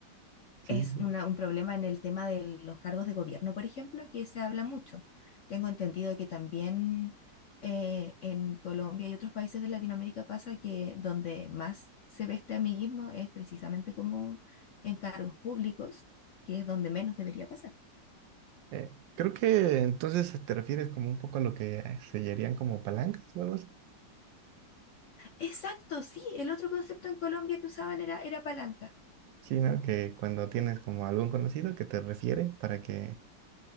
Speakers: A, on the right; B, on the left.
A: Sí.
B: es
A: sí, sí.
B: una- un problema en el tema de los cargos de gobierno, por ejemplo, que se habla mucho. Tengo entendido que también eh, en Colombia y otros países de Latinoamérica pasa que donde más se ve este amiguismo es precisamente como en cargos públicos, que es donde menos debería pasar.
A: Eh, creo que entonces te refieres como un poco a lo que sellarían como palancas o algo así.
B: Exacto, sí, el otro concepto en Colombia que usaban era, era palanca.
A: Sí, ¿no? Que cuando tienes como algún conocido que te refiere para que